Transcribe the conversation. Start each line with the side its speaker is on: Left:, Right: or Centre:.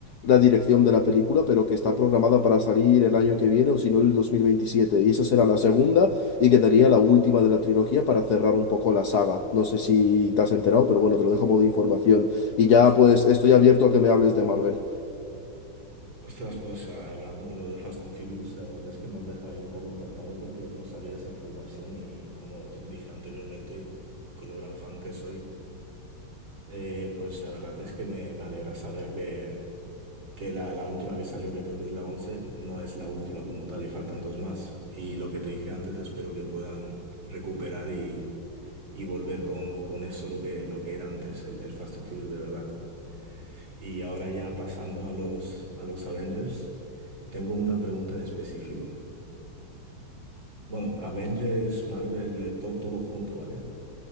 Left: la dirección de la película, pero que está programada para salir el año que viene o si no el 2027. Y esa será la segunda y quedaría la última de la trilogía para cerrar un poco la saga. No sé si te has enterado, pero bueno, te lo dejo a modo de información. Y ya
Right: Os-
Left: pues estoy abierto a que me hables de Marvel.
Right: Ostras, pues a- hablando de lo de Fast and Furious, la verdad es que me has dejado ahí un poco impactado porque no sabía esa información y como te dije anteriormente, con lo gran fan que soy, eh, pues la verdad es que me, me alegra saber que que la, la última que salió, que creo que es la 11 no es la última como tal y faltan dos más. Y lo que te dije antes, espero que puedan recuperar y, y volver con, con eso lo que, lo que era antes, el, el Fast and Furious de verdad. Y ahora ya pasando a los, a los Avengers, tengo una pregunta en específico. Bueno, Avengers, Marvel, eh, to- todo junto, ¿vale?